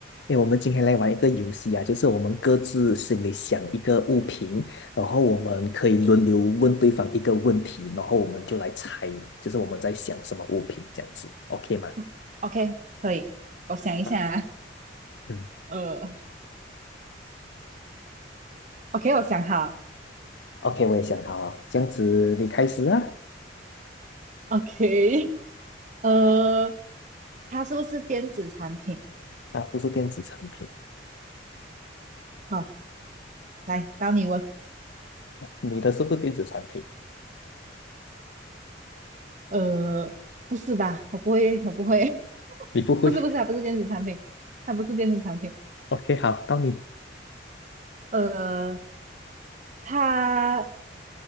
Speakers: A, on the left; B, on the right.
A: 因为我们今天来玩一个游戏啊，就是我们各自心里想一个物品，然后我们可以轮流问对方一个问题，然后我们就来猜，就是我们在想什么物品这样子，OK 吗？
B: 嗯 OK，可以，我想一下啊。
A: 啊，嗯
B: 呃 OK，我想好。
A: ，OK，我也想好了，这样子你开始啊。
B: ，OK，呃，它是不是电子产品？
A: 啊，不是电子产品，
B: 好，来，到你问。
A: 你的是不是电子产品？
B: 呃，不是吧？我不会，我不会。
A: 你不会
B: <laughs> 不是，不是啊，它不是电子产品，它不是电子产品。
A: ？OK，好，到你，
B: 呃，它